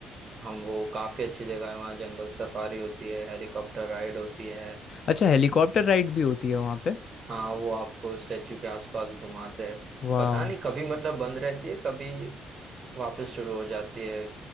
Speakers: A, on the right; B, on the left.
A: हम वो काफी अच्छी जगह है वहाँ जंगल सफारी होती है हेलीकॉप्टर राइड होती है
B: अच्छा हेलीकॉप्टर राइड भी होती है वहाँ पे
A: हाँ वो आपको स्टेच्यू के आसपास घुमाते हैं
B: वाह
A: पता नहीं कभी मतलब बंद रहती है कभी वापस शुरू हो जाती है